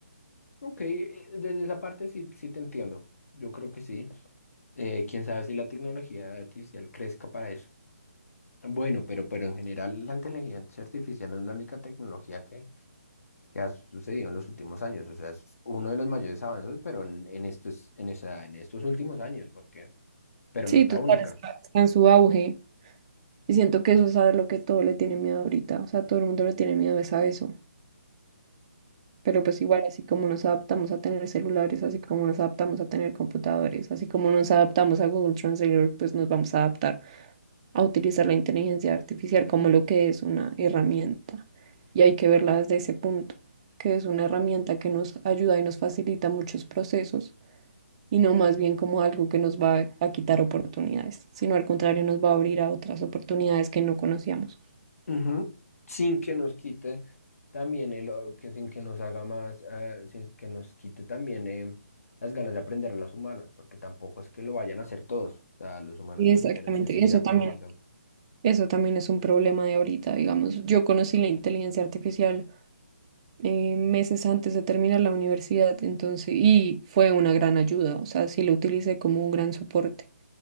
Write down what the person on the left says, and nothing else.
Ok, eh, desde esa parte sí, sí te entiendo. Yo creo que sí. Eh, quién sabe si la tecnología artificial crezca para eso. Bueno, pero, pero en general la inteligencia artificial no es la única tecnología que, que ha sucedido en los últimos años. O sea, es uno de los mayores avances, pero en, en estos, en esa, en estos últimos años, porque, pero
no es
la única.
Ujú. Sin que nos quite también el, o- que sin que nos haga más, eh, sin que nos quite también eh, las ganas de aprender a las humanas, porque tampoco es que lo vayan a hacer todos. O sea, los humanos
también tenemos que seguir
aprendiendo.